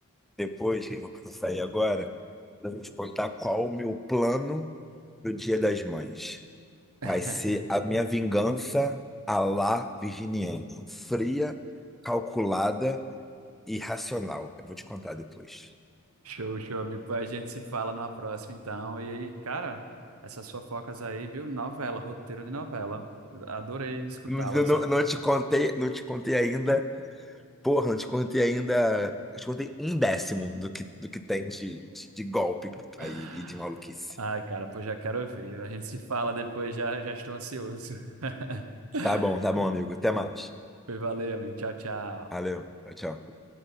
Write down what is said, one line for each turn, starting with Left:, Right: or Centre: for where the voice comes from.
Centre: depois, que eu vou sair agora, eu vou te contar qual o meu plano pro Dia das Mães. Vai
Right: <laughs>
Centre: ser a minha vingança à la virginiana. Fria, calculada e racional. Eu vou te contar depois.
Right: Show, show, amigo. Pô, A gente se fala numa próxima, então. E aí, cara, essas fofocas aí, viu? Novela, roteiro de novela. Eu Adorei escutá-las.
Centre: Não, não,
Right: A-
Centre: não te contei, não te contei ainda Porra, não te contei ainda. Eu te contei um décimo do que, do que tem de, de golpe
Right: <gasps>
Centre: aí e de maluquice.
Right: Ai, cara, pô, já quero ouvir. A gente se fala depois, já, já estou ansioso. <laughs>
Centre: Tá bom, tá bom, amigo. Até mais.
Right: Foi, valeu, amigo. Tchau, tchau.
Centre: Valeu. Tchau, tchau.